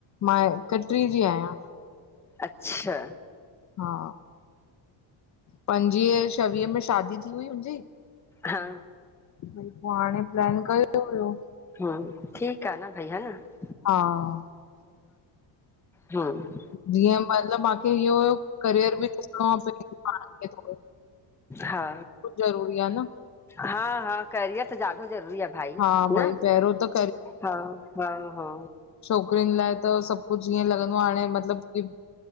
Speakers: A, on the left; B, in the centre.
A: मां इक्टरी जी आहियां।
B: अचछा
A: हा पंजवीह छवीह में शादी थी हुई हुनजी
B: हा
A: पोइ हाणे प्लान कयो हुयो।
B: हां ठीकु आ न भई हा न
A: हा,
B: हम्म
A: जीअं महल माखें इहो हुयो। करियर बि ॾिसणो आहे पंहिंजे पाण खे थोरो।
B: हा
A: ज़रूरी आ न
B: हा- हा करियर त ज्यादा ज़रूरी आहे। भाई
A: हा
B: न!
A: भई पहिरियों त
B: हा -हा -हा
A: छोकिरियिन लाइ त सभु कुझु ईअं लॻंदो आहे हाणे मतलब की